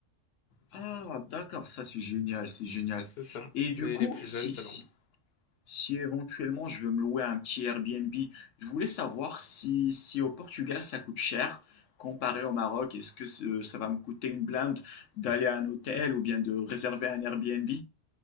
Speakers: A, on the left (about 80°); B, on the left (about 55°).
A: Ah, d'accord, ça c'est génial, c'est génial.
B: C'est ça.
A: Et du
B: Mais
A: coup,
B: les plus
A: si,
B: jeunes, c'est
A: si,
B: l'anglais.
A: si éventuellement je veux me louer un petit Airbnb, je voulais savoir si, si au Portugal ça coûte cher comparé au Maroc. Est-ce que ce- ça va me coûter une blinde d'aller à un hôtel ou bien de réserver un Airbnb?